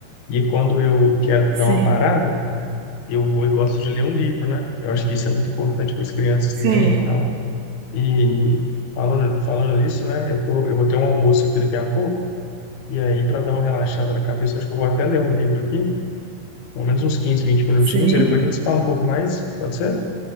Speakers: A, on the left (about 65°); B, on the right (about 75°).
A: e quando eu quero
B: Sim,
A: dar uma parada, eu, eu gosto de ler um livro, né? Eu acho que isso é muito importante para as crianças
B: sim,
A: também e tal. E falando, falando nisso, né? Eu tô, eu vou ter um almoço aqui daqui a pouco, e aí para dar uma relaxada na cabeça, acho que eu vou até ler um livro aqui, pelo menos uns quinze vinte minutinhos,
B: sim.
A: e depois a gente se fala um pouco mais, pode ser?